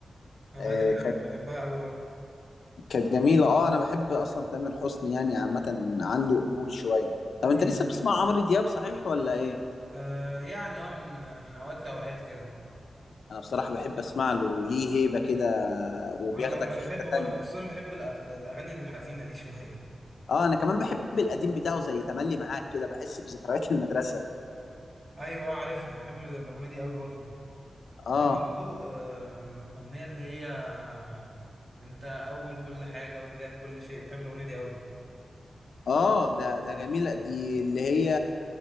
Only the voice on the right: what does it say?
الاغنية
دي بحب-
بحبها قوي برضه
امم
آه يعني اه من من اوقات لاوقات كده
وانا ب... انا
بحبه
برضه خصوصا بحب الأف... الاغاني الحزينة دي <laughs> شوية
ايوه اه عارفها بحب الاغنية دي قوي برضه وفي
برضه آم، اغنية اللي هي آه، انت اول كل حاجة والبداية في كل شيء بحب الاغنية دي قوي